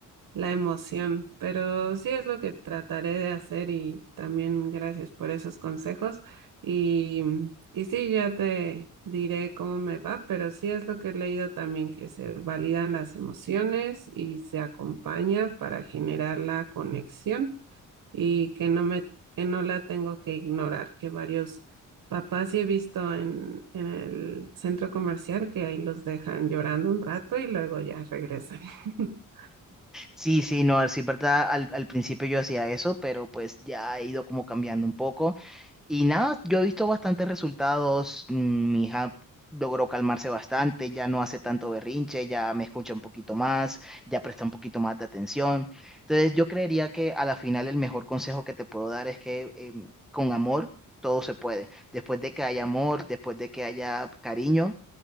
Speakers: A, on the right (about 75°); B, in the centre.
A: la emoción. Pero sí es lo que trataré de hacer y también gracias por esos consejos y, y sí, ya te diré cómo me va, pero sí es lo que he leído también, que se validan las emociones y se acompaña para generar la conexión y que no me, que no la tengo que ignorar, que varios papás sí he visto en, en el centro comercial que ahí los dejan llorando un rato y luego ya regresan. <laughs>
B: Sí, sí, no, sí, verdad, al, al principio yo hacía eso, pero pues ya he ido como cambiando un poco. Y nada, yo he visto bastantes resultados, mm, mi hija logró calmarse bastante, ya no hace tanto berrinche, ya me escucha un poquito más, ya presta un poquito más de atención. Entonces yo creería que a la final el mejor consejo que te puedo dar es que eh, con amor todo se puede. Después de que haya amor, después de que haya cariño,